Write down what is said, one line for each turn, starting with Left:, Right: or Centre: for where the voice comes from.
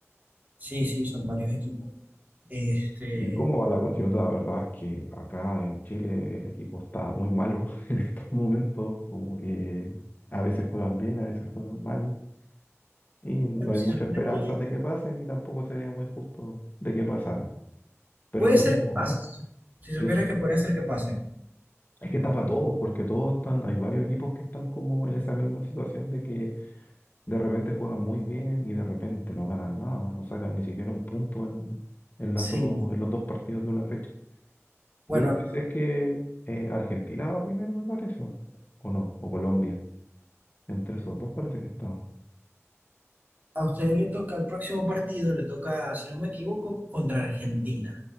Right: Sí, sí, son varios equipos. Este,
Left: ¿Y cómo va la Coyota? La verdad es que acá en Chile el equipo está muy malo <laughs> en estos momentos, como que a veces juegan bien, a veces juegan mal, y no
Right: bueno,
Left: hay
Right: si
Left: mucha
Right: supieras
Left: esperanza
Right: que
Left: de que pasen y tampoco sería muy justo de que pasaran. Pero
Right: puede
Left: no
Right: ser
Left: sé cómo
Right: que pase,
Left: va.
Right: si si supieras
Left: Yo, s-
Right: que puede ser que pase.
Left: es que está para todos, porque todos están, hay varios equipos que están como en esa misma situación de que de repente juegan muy bien y de repente no ganan nada, no sacan ni siquiera un punto en, en las
Right: Sí,
Left: dos,
Right: sí.
Left: en los dos partidos de una fecha.
Right: bueno,
Left: Yo lo que sé
Right: lo-
Left: es que eh, Argentina va primero, me parece, o no, o Colombia. Entre esos dos parece que estaba.
Right: a usted le toca el próximo partido, le toca, si no me equivoco, contra Argentina,